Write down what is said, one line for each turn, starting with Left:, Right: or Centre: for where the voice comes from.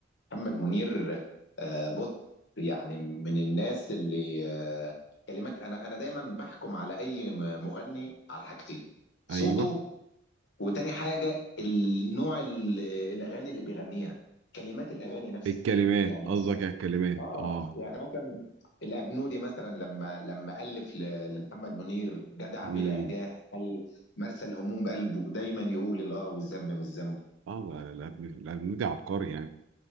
Left: محمد منير آه بص يعني من الناس اللي آه كلمات انا انا دايما بحكم على اي م- مغني على حاجتين صوته
Right: ايوه
Left: وتاني حاجه النوع ال- الاغاني اللي بيغنيها كلمات الاغاني نفسها
Right: الكلمات
Left: يعني
Right: قصدك
Left: مثلا
Right: على الكلمات
Left: اه
Right: اه
Left: يعني مثلا الابنودي مثلا لما لما الف ل- لمحمد منير جدع
Right: امم
Left: بلا جاه قال مرسى الهموم قلبه دايما يقول الاه والذنب مش ذنبه
Right: اه لا، لا، الأب- الابنودي عبقري يعني